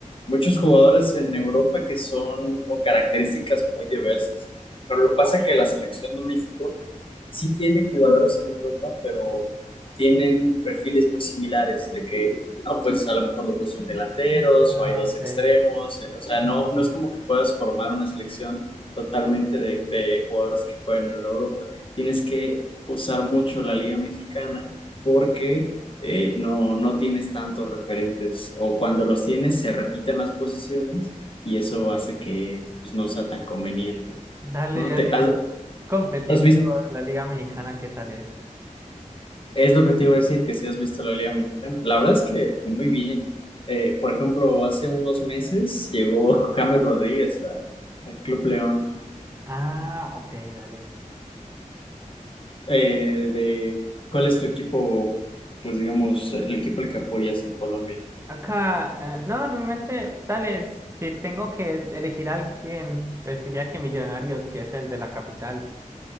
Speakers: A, on the left; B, on the right.
A: muchos jugadores en Europa que son con características muy diversas. Pero lo que pasa es que la selección de México sí tiene jugadores en Europa, pero tienen perfiles muy similares, de que, ah, pues a lo mejor los dos son delanteros
B: ah,
A: o hay dos extremos,
B: sí.
A: eh, o sea, no, no es como que puedas formar una selección totalmente de, de jugadores que juegan en Europa. Tienes que usar mucho la Liga Mexicana porque eh, no, no tienes tantos referentes o cuando los tienes se repiten las posiciones y eso hace que pues, no sea tan conveniente.
B: Dale,
A: ¿no?
B: Daniel,
A: ¿Te,
B: competitivo,
A: has,
B: la Liga Mexicana, ¿qué tal es?
A: Es lo que te iba a decir, que si has visto la Liga Mexicana. La verdad es que muy bien. Eh, por ejemplo, hace unos meses llegó <laughs> James Rodríguez a- al Club León.
B: Ah, ok, dale.
A: Eh, de, ¿cuál es tu equipo, pues digamos, el equipo al que apoyas en Colombia?
B: Acá, eh, no, realmente, tales, si tengo que elegir a alguien, pues diría que Millonarios, que es el de la capital,